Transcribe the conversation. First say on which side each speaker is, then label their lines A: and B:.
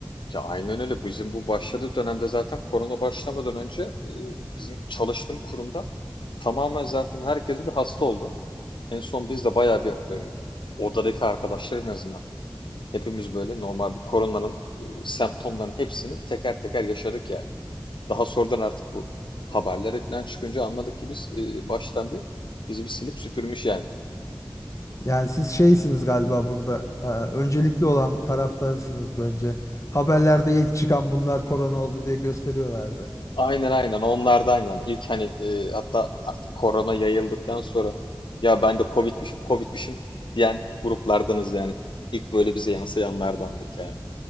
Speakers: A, on the left; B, on the left.
A: ya aynen öyle. Bizim bu başladığı dönemde zaten korona başlamadan önce e, bizim çalıştığım kurumda tamamen zaten herkes bir hasta oldu. En son biz de bayağı bir e, odadaki arkadaşlar en azından hepimiz böyle normal bir koronanın e, semptomlarının hepsini teker teker yaşadık yani. Daha sonradan artık bu haberlere falan çıkınca anladık ki biz e, baştan bir bizi bir silip süpürmüş yani.
B: Yani siz şeysiniz galiba burada e, öncelikli olan taraftarsınız bence. Haberlerde ilk çıkan bunlar korona oldu diye gösteriyorlardı.
A: Aynen aynen onlardan yani ilk hani e, hatta artık korona yayıldıktan sonra ya ben de Covid'mişim Covid'mişim diyen gruplardanız yani. İlk böyle bize yansıyanlardandık yani.